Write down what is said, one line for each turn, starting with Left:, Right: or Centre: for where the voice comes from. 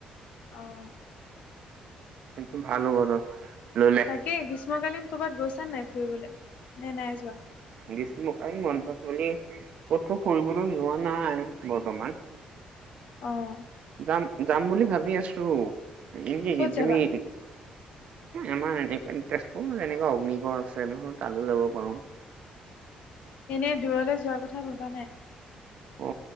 Left: অঁ
Right: এটো ভাল হ'ব ন, ললে
Left: কি গ্ৰীষ্মকালীন ক'ৰবাত গৈছা নাই ফুৰিবলে? নে নাই যোৱা?
Right: গ্ৰীষ্মকালীন বন্ধত মানে, কতো ফুৰিবলৈ লোৱা নাই বৰ্তমান।
Left: অঁ
Right: যাম, যাম বুলি ভাবি আছোঁ। এ
Left: ক'ত
Right: তুমি
Left: যাবা
Right: এই আমাৰ এনে তেজপুৰ এনেকুৱা অগ্নিগড় আছে নহ, তালো যাব পাৰোঁ।
Left: এনেই দূৰলে যোৱা কথা ভবা নাই?
Right: অ